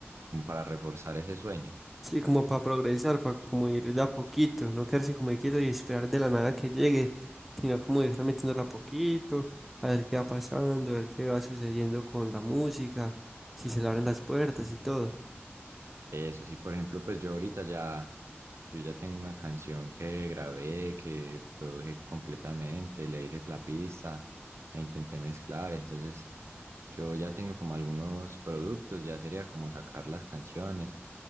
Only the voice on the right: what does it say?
Como para reforzar ese sueño.
Eso sí, por ejemplo, pues yo ahorita ya, yo ya tengo una canción que grabé, que produje completamente, le hice la pista, la intenté mezclar, entonces yo ya tengo como algunos productos, ya sería como sacar las canciones,